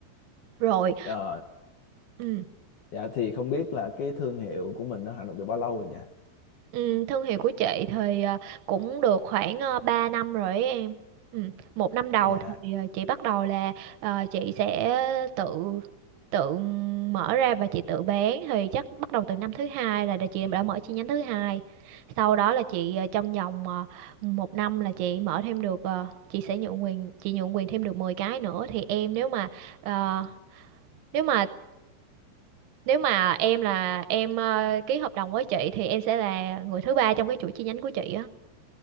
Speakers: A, on the right (about 80°); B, on the left (about 75°).
A: rồi,
B: Ờ,
A: ừ,
B: dạ thì không biết là cái thương hiệu của mình nó hoạt động được bao lâu rồi nha
A: ừ, thương hiệu của chị thì ờ, cũng được khoảng uh, 3 năm rồi ấy em. Ừ, một năm đầu
B: dạ
A: thì ờ, chị bắt đầu là ờ, chị sẽ tự tự mở ra và chị tự bán thì chắc bắt đầu từ năm thứ hai là đã- chị đã mở chi nhánh thứ hai. Sau đó là chị ờ, trong vòng ờ, một năm là chị mở thêm được ờ, chị sẽ nhượng quyền chị nhượng quyền thêm được 10 cái nữa thì em nếu mà ờ, nếu mà Nếu mà em là em ờ, ký hợp đồng với chị thì em sẽ là người thứ ba trong cái chuỗi chi nhánh của chị á.